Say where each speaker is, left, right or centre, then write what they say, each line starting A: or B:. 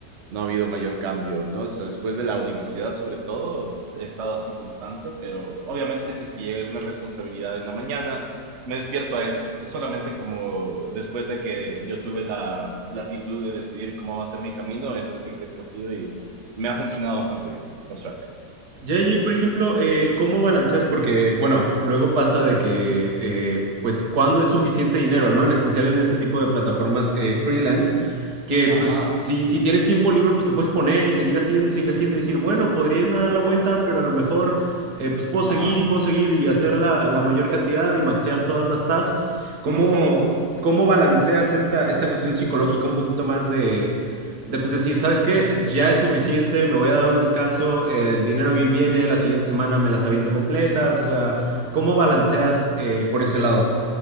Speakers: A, on the right; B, on the right.
A: no ha habido mayor cambio, ¿no? O sea, después de la universidad, sobre todo, he estado así constante, pero obviamente si es que llega alguna responsabilidad en la mañana, me despierto a eso. Es solamente como después de que yo tuve la latitud de decidir cómo va a ser mi camino, este es el que he escogido y me ha funcionado bastante bien, por suerte.
B: Ya y, por ejemplo, eh, ¿cómo balanceas? Porque, bueno, luego pasa de que, eh, pues, ¿cuándo es suficiente dinero, no? En especial en este tipo de plataformas eh, freelance, que,
A: Ajá,
B: pues, si, si tienes tiempo libre, pues te puedes poner y seguir haciendo y seguir haciendo y decir, bueno, podría irme a dar la vuelta, pero a lo mejor, eh, pues, puedo seguir
A: ajá.
B: y puedo seguir y hacer la, la mayor cantidad y maxear todas las tasks. ¿Cómo,
A: Ujú.
B: cómo balanceas esta, esta cuestión psicológica un poquito más de pues decir, ¿sabes qué? Ya es suficiente, me voy a dar un descanso, el dinero vi- viene, la siguiente semana me las aviento completas, o sea, ¿cómo balanceas eh, por ese lado?